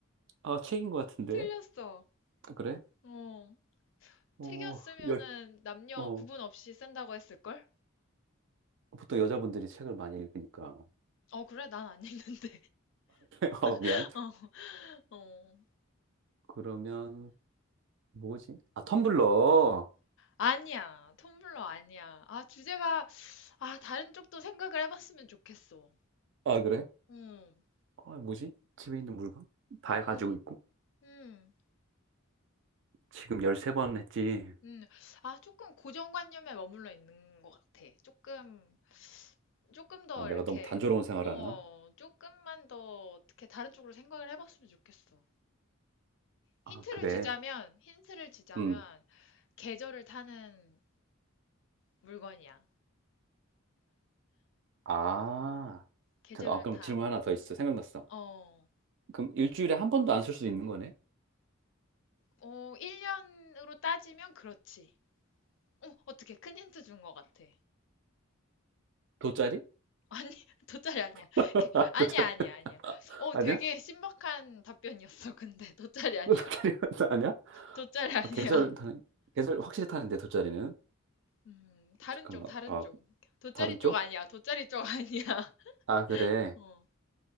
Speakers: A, on the right (about 60°); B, on the left (about 65°).
A: 아, 책인 것 같은데.
B: 틀렸어.
A: 그래?
B: 어,
A: 어,
B: 책이었으면은
A: 열,
B: 남녀
A: 어,
B: 구분 없이 쓴다고 했을걸?
A: 보통 여자분들이 책을 많이 읽으니까.
B: 어, 그래, 난 안 읽는데.
A: <laughs> 어, 미안.
B: <laughs> 어, 어.
A: 그러면, 뭐지? 아, 텀블러.
B: 아니야, 텀블러 아니야. 아, 주제가, 아, 다른 쪽도 생각을 해봤으면 좋겠어.
A: 아, 그래?
B: 음,
A: 아, 뭐지? 집에 있는 물건? 다
B: 음,
A: 가지고 있고.
B: 음,
A: 지금 13번 했지.
B: 음. 아, 조금 고정관념에 머물러 있는 것 같아. 조금, 조금 더
A: 아, 내가
B: 이렇게,
A: 너무 단조로운 생활하나?
B: 어, 조금만 더 어떻게 다른 쪽으로 생각을 해봤으면 좋겠어. 힌트를
A: 아, 그래.
B: 주자면, 힌트를 주자면,
A: 음.
B: 계절을 타는 물건이야.
A: 아,
B: 계절을
A: 잠깐, 아, 그럼
B: 타.
A: 질문 하나 더 있어. 생각났어.
B: 어,
A: 그럼 일주일에 한 번도 안 쓸 수 있는 거네?
B: 어, 1년으로 따지면 그렇지. 어, 어떻게 큰 힌트 준 것 같아.
A: 돗자리?
B: 아니, <laughs> 돗자리 아니야.
A: <laughs>
B: 이렇게-
A: 아,
B: 아니야,
A: 돗자리.
B: 아니야, 아니야. 어,
A: 아니야?
B: 되게 신박한 답변이었어, 근데. <laughs> 돗자리 아니야.
A: 돗자리 <laughs> 아니야?
B: 돗자리 아니야.
A: 아, 계절을 타는, 계절 확실히 타는데, 돗자리는?
B: 음, 다른
A: 잠깐만,
B: 쪽, 다른
A: 아,
B: 쪽. 돗자리
A: 다른
B: 쪽
A: 쪽?
B: 아니야. 돗자리 쪽 아니야.
A: 아, 그래.
B: <laughs> 어,